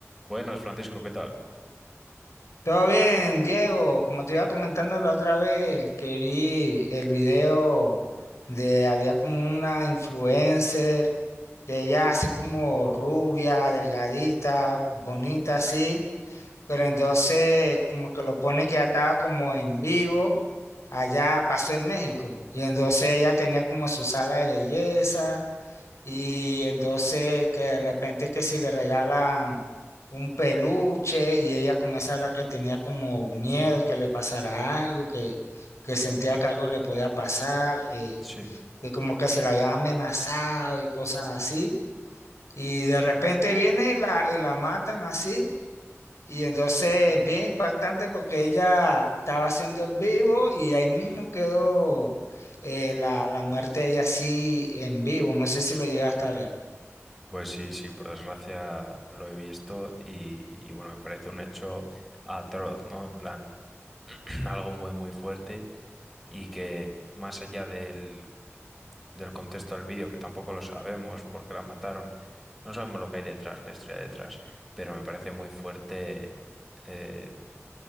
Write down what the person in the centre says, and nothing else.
Buenas, Francisco, ¿qué tal?
Sí,
pues sí, sí, por desgracia lo he visto y, y bueno, me parece un hecho atroz, ¿no? En plan, <clears throat> algo muy, muy fuerte y que más allá del, del contexto del vídeo, que tampoco lo sabemos porque la mataron, no sabemos lo que hay detrás, la historia detrás, pero me parece muy fuerte, eh,